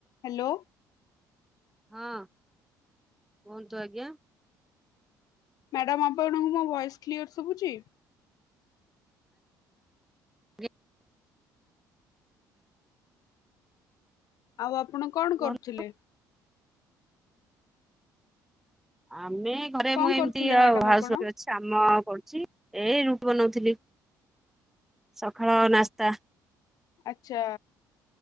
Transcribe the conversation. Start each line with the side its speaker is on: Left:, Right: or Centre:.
Left: Hello.
Centre: ହଁ କୁହନ୍ତୁ ଆଜ୍ଞା।
Left: ମ୍ୟାଡ଼ାମ ଆପଣଙ୍କୁ ମୋ ଭଏସ୍ କ୍ଲିୟର ଶୁବୁଚି?
Centre: ଆଜ୍ଞା
Left: ଆଉ ଆପଣ କଣ
Centre: କୁହନ୍ତୁ
Left: କରୁଥିଲେ?
Centre: ଆମେ ଘରେ
Left: କଣ
Centre: ମୁଁ ଏମତି
Left: କରୁଥିଲେ ମ୍ୟାଡାମ
Centre: ଆଉ ହାଉସ୍
Left: ଆପଣ?
Centre: ୱାଇଫ୍ ଅଛି। କାମ କରୁଚି। ଏଇ ରୁଟି ବନଉଥିଲି। ସକାଳ ନାସ୍ତା।
Left: ଆଚ୍ଛା।